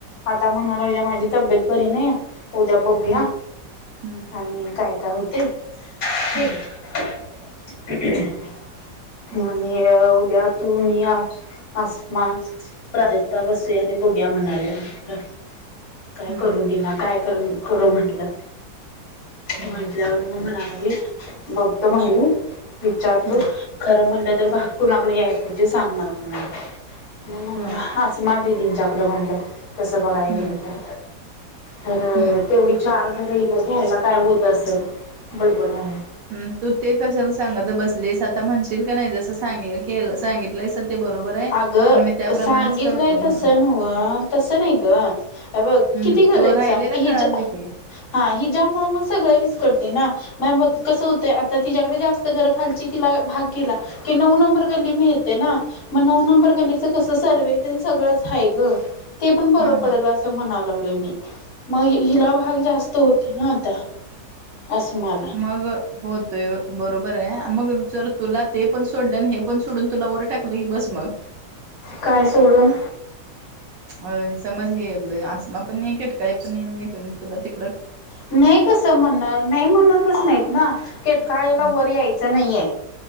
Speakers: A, on the left; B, on the right.
A: आता म्हणा लागल्या माझी तब्येत बरी नाही उद्या बघूया
B: हं हं
A: आणि काय काय होतय <unintelligible>
B: हं हं
A: आणि उद्या तु मी आ आसमा प्राजक्ता बसूया आणि बघुया म्हणाल्या, म्हटलं काय
B: हं हं
A: करू दिना काय कर. करू म्हटलं,
B: हं
A: म्हटल्यावर मग म्हणा लागली बघतो म्हटली विचारतो
B: हं
A: खरं म्हणलं तर भाग कुणाकडे याय पाहिजे? सांग मला म्हणा लागली मी म्हणलं
B: हां
A: आस्मा दिदींच्या कड म्हटलं तसं बघाय
B: हं
A: गेलं तर तर
B: हं
A: तेवढी चार घर हीला घ्यायला काय होत असल बडबडा लागल्या
B: ह तू ते कशाला सांगत बसलीस आता म्हणशील का नाही जस सांग के सांगितलंयस ते बरोबर आहे
A: अग
B: आणि मी त्याप्रमाणेच
A: सांगितलंय
B: करतो म्हणून
A: तस नव्ह तस नाही ग हे बघ
B: हं
A: किती
B: हं
A: घर
B: तो
A: हायत
B: राहिलेला
A: सांग हिजा
B: कळालं की
A: हा हिजामुळ मग सगळ विस्कटतय ना म हे बघ कसं होतंय आता तिच्याकडे जास्त घरं खालची तिला भाग गेला की नऊ नंबर गल्ली मिळते ना मग नऊ नंबर गलीच कस सर्वे तेन सगळंच आहे ग ते पण बरं
B: हां
A: पडल
B: हां
A: अस म्हणा लागलोय मी मग हि हिला भाग जास्त होते ना आता असमाल -
B: मग होतोय बरोबर आहे मग जर तुला ते पण सोडल आणि हे पण सोडून तुला वर टाकलं की बस मग
A: काय सोडून
B: अ समज हे ब आसमा पण नाही केटकाळी पण नाही पण तुला ते-
A: नाही कसं म्हणणार नाही म्हणतच नाहीत ना- केटकाळेला
B: हम्म
A: वर यायचं नाहीये.